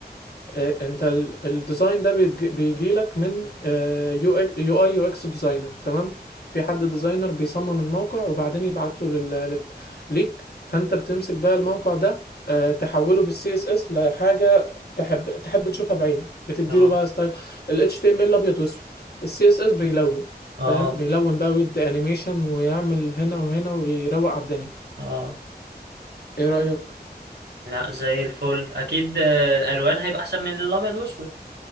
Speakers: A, on the left; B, on the right.
A: آه، انت ال- الديزاين ده بيجي لك من آه، يو يو اي يو اكس ديزاينر تمام في حد ديزاينر بيصمم الموقع وبعدين يبعته لل... لل- ليك فانت بتمسك بقى الموقع ده آه، تحوله بالسي اس اس لحاجه تحب تحب تشوفها بعينك بتديله
B: اه
A: بقى ستايل ال HTML ابيض واسود السي اس اس بيلون
B: اه
A: فاهم بيلون بقى ويدي انيميشن ويعمل هنا وهنا ويروق على الدنيا
B: اه
A: ايه رأيك
B: لا زي الفل اكيد آه، الالوان هيبقى احسن من الابيض والاسود